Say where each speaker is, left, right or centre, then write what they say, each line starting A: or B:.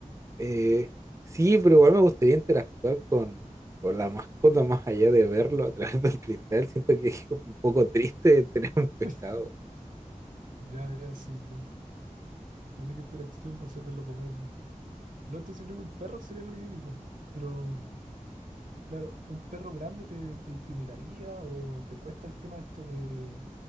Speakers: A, on the right (about 25°); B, on the right (about 80°).
A: Eh, sí, pero igual me gustaría interactuar con, con la mascota más allá de verlo a través del cristal. Siento que es un poco triste tener un pescado.
B: <laughs> Ya, ya, sí, en plan. Tu única interacción va a ser verlo comer, ¿no? No, entonces creo que un perro sería lo idílico. Pero, claro, ¿un perro grande te, te intimidaría o te cuesta el tema esto de,